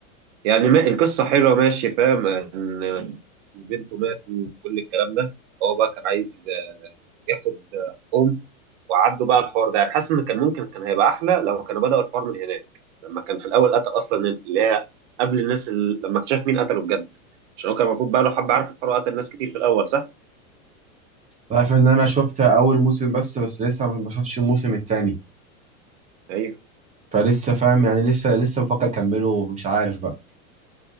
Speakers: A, on the right; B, on the right.
A: يعني ما القصة حلوة ماشي فاهم إن بنته مات وكل الكلام ده هو بقى كان عايز ياخد أم وعدوا بقى الحوار ده يعني حاسس إن كان ممكن كان هيبقى أحلى لو كانوا بدأوا الحوار من هناك لما كان في الأول قتل أصلا اللي هي قبل الناس اللي لما اكتشف مين قتله بجد عشان هو كان المفروض بقى له حبة عارف الحوار قتل ناس كتير في الأول صح؟
B: أنا عارف ان انا شفتها اول موسم بس بس لسه ما شفتش الموسم التاني
A: أيوه
B: فلسه فاهم يعني لسه لسه بفكر اكمله ومش عارف بقى